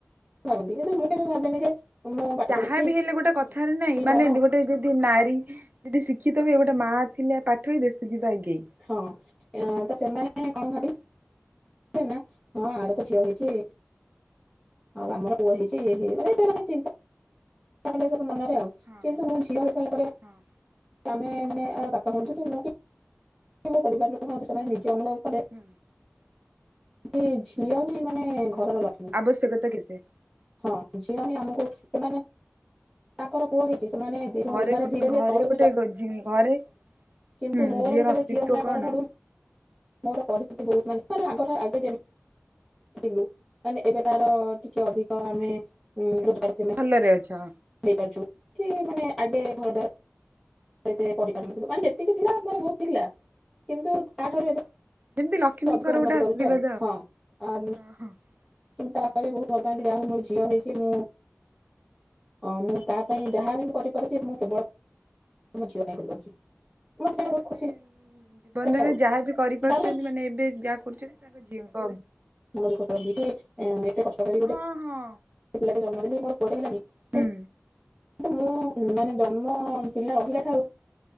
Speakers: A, in the centre; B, on the right.
A: ଭାବନ୍ତି କିନ୍ତୁ ମୁଁ ବି ଭାବିନି ଯେ ମୁଁ ପାଠ
B: ଯାହା
A: ପଢିଛି
B: ବି ହେଲେ ଗୋଟେ କଥାରେ ନାଇଁ
A: କି
B: ମାନେ
A: କଣ
B: ଗୋଟେ ଗୋଟେ ଯଦି ନାରୀ ଯଦି ଶିକ୍ଷିତ ହୁଏ। ଗୋଟେ ମା ଥିଲେ ପାଠ ହଇ ଦେଶ ଯିବା ଆଗେଇ।
A: ହଁ ତ ସେମାନେ କଣ ଭାବେ
B: ହଁ
A: ନା ହଁ ଆର ତ ଝିଅ ହେଇଛି। ଆଉ ଆମର ପୁଅ ହେଇଛି ଇ ମାନେ ସେମାନେ ଚିନ୍ତାଲେ ମନରେ ଆଉ
B: ହଁ
A: କିନ୍ତୁ
B: ହଁ
A: ମୋ ଝିଅ ହେଇସାର ପରେ
B: ହଁ
A: ଆମେ ମାନେ ଆ ପପା ହୁନ୍ତୁ କି
B: ହୁଁ
A: ମୁଁ କି ମୁଁ ପରିବାର ଲୋକେ ଜେ ନିଜେ ଅନୁଭବ କଲେ।
B: ହୁଁ।
A: ସେ ଝିଅ
B: ହୁଁ।
A: ହି ମାନେ ଘରର ଲକ୍ଷ୍ମୀ।
B: ଆବଶ୍ୟକତା କେତେ
A: ହଁ ଝିଅ ହିଁ ଆମକୁ
B: ହଁ
A: ସେମାନେ ତାଙ୍କର ପୁଅ ହେଇଛି ସେମାନେ
B: ଘରେ
A: ମାନେ
B: ଗୋ
A: ଧୀରେ ଧୀରେ ତଳକୁ ଯାଉ।
B: <unintelligible> ଘରେ
A: କିନ୍ତୁ
B: ହୁଁ
A: ମୋର
B: ଝିଅର
A: ଯେତେବେଳେ
B: ଅସ୍ତିତ୍ଵ
A: ଝିଅ ହେଲା
B: କଣ
A: ପରଠାରୁ ମୋର ପରିସ୍ଥିତି ବହୁତ ମାନେ ମେ ଆଗ ଆଗ ଯେଥିଲୁ ମାନେ ଏବେ ତାର ଟିକେ ଅଧିକ ଆମେ ଉ ରୋଜଗାର କ୍ଷମ
B: ଭଲରେ ଅଛ।
A: ହେଇପାରୁଛୁ କି ମାନେ ଆଗେ ଘରେ ଏତେ ପରି ପାରିନି ମାନେ ଯେତିକି ଥିଲା ମର ବହୁତ ଥିଲା କିନ୍ତୁ ତାଠାରୁ ଏବେ
B: ଯେମିତି ଲକ୍ଷ୍ମୀଙ୍କର
A: ଅଧିକ ଉନ୍ନତି
B: ଗୋଟେ ଆଶୀର୍ବାଦ
A: କରିଛି ଆଉ ହଁ।
B: ହଁ ହଁ
A: କି ତା
B: ହଁ
A: ବାପା ବି ବହୁତ ଭଲ ପାଆନ୍ତି ଯାହା ହଉ ମୋ ଝିଅ ହେଇଚି ମୁଁ ଅ ମୁଁ ତା ପାଇଁ ଯାହାବି ମୁଁ କରିପାରୁଛି ମୁଁ କେବଳ ମୋ ଝିଅ ପାଇଁ କରିପାରୁଛି। ମତେ ସେଇଟା
B: ମାନେ
A: ବହୁତ
B: ସେ
A: ଖୁସି
B: ଜୀବନରେ
A: ଲାଗେ ଆଉ
B: ଯାହା ବି କରିପାରୁଛନ୍ତି
A: ତାପରେ
B: ମାନେ ଏବେ ଯାହା କରୁଛନ୍ତି ତାଙ୍କ ଝିଅଙ୍କ
A: <unintelligible> କହିଲି କି ଏତେ କଷ୍ଟକରୀ ଗୋଟେ
B: ହଁ ହଁ
A: ସେ ପିଲାଟି ଜନ୍ମ ଦେଲି ମୋର ପୁଅଟେ ହେଲାନି
B: ହୁଁ
A: <unintelligible> ମୁଁ
B: ହଁ
A: ମାନେ ଜନ୍ମ ପିଲା ରହିଲାଠାରୁ